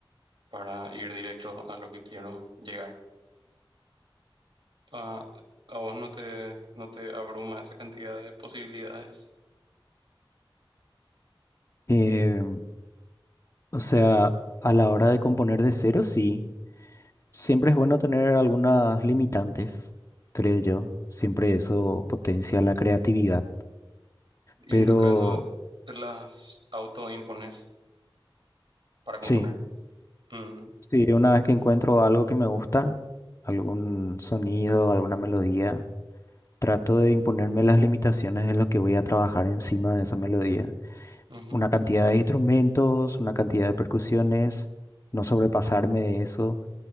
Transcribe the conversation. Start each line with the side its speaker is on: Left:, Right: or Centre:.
Right: para ir directo a lo que quiero llegar. Ah, a vos no te, no te abruma esa cantidad de posibilidades
Left: Eh, o sea, a la hora de componer de cero, sí. Siempre es bueno tener algunas limitantes, creo yo. Siempre eso potencia la creatividad.
Right: y
Left: Pero
Right: en tu caso te las autoimpones para componer.
Left: sí,
Right: Mm,
Left: sí, una vez que encuentro algo que me gusta, algún sonido, alguna melodía, trato de imponerme las limitaciones en lo que voy a trabajar encima de esa melodía.
Right: ujú,
Left: Una cantidad de instrumentos, una cantidad de percusiones, no sobrepasarme de eso.